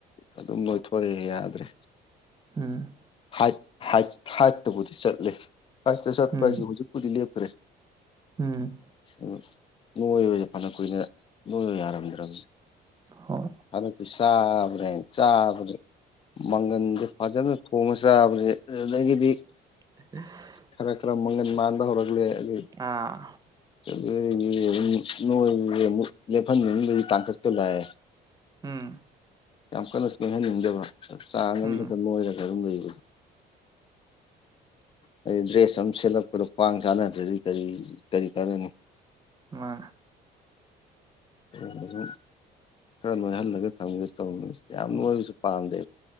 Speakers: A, on the left (about 30°); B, on the right (about 25°).
A: ꯑꯗꯨꯝ ꯅꯣꯏꯊꯣꯔꯛꯑꯦ ꯌꯥꯗ꯭ꯔꯦ
B: ꯎꯝ
A: ꯍꯥꯏꯠ ꯍꯥꯏꯠ ꯍꯥꯏꯠꯇꯕꯨꯗꯤ ꯆꯠꯂꯦ ꯍꯥꯏꯠꯇ ꯆꯠꯄ
B: ꯎꯝ
A: ꯍꯥꯏꯖꯦ ꯍꯧꯖꯤꯛꯄꯨꯗꯤ ꯂꯦꯞꯈ꯭ꯔꯦ
B: ꯎꯝ
A: ꯑꯨꯝ ꯅꯣꯏꯕꯖꯦ ꯐꯅ ꯀꯨꯏꯅ ꯅꯣꯏꯕ ꯌꯥꯔꯝꯗ꯭ꯔꯝꯅꯤ
B: ꯍꯣꯏ
A: ꯍꯟꯗꯛꯇꯤ ꯆꯥꯕꯅꯦ ꯆꯕꯖꯤ ꯃꯪꯒꯟꯗꯨ ꯐꯖꯅ ꯊꯣꯡꯉ ꯆꯥꯕꯖꯦ ꯑꯗꯒꯤꯗꯤ
B: <inaudible>
A: ꯈꯔ ꯈꯔ ꯃꯪꯒꯟ ꯃꯥꯟꯕ ꯍꯧꯔꯛꯂꯦ ꯑꯗꯨꯏ
B: ꯑꯥ
A: <unintelligible>
B: ꯎꯝ
A: ꯌꯥꯝ ꯀꯟꯅꯁꯨ ꯅꯣꯏꯍꯟꯅꯤꯡꯗꯕ ꯆꯥꯡ ꯑꯃꯝꯗꯒ
B: ꯎꯝ
A: ꯅꯣꯏꯔꯒ ꯑꯗꯨꯝ ꯂꯩꯕ ꯍꯥꯏꯗꯤ ꯗ꯭ꯔꯦꯁ ꯑꯃ ꯁꯦꯠꯂꯛꯄꯗ ꯈ꯭ꯋꯥꯡ ꯆꯥꯟꯅꯗ꯭ꯔꯗꯤ ꯀꯔꯤ ꯀꯔꯤ ꯀꯥꯟꯅꯅꯤ
B: ꯃꯥ
A: ꯁꯨꯝ ꯑꯗꯨꯝ ꯈꯔ ꯅꯣꯏꯍꯜꯂꯒ ꯊꯝꯒꯦ ꯇꯧꯅꯤ ꯌꯥꯝꯅꯣꯏꯕꯁꯨ
B: ꯍꯣꯏ
A: ꯄꯥꯝꯗꯦ